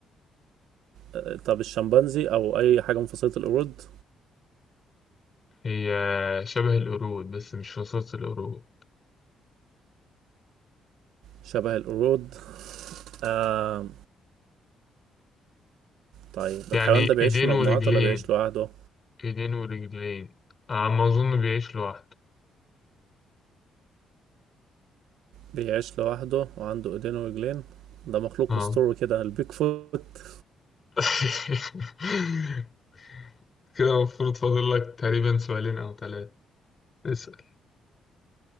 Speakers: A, on the right; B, on the left.
A: آه، طب الشمبانزي او اي حاجة من فصيلة القرود
B: هي شبه القرود بس مش فصيلة القرود
A: شبه القرود آه طيب
B: يعني
A: الحيوان ده بيعيش
B: إيدين
A: في مجموعات
B: ورجلين
A: ولا بيعيش لوحده
B: إيدين ورجلين على ما أظن بيعيش لوحده
A: بيعيش لوحده وعنده ايدين ورجلين ده مخلوق
B: اه
A: اسطوري كده البيك فوت
B: <laughs> كده المفروض فاضل لك تقريبا سؤالين أو ثلاثة اسأل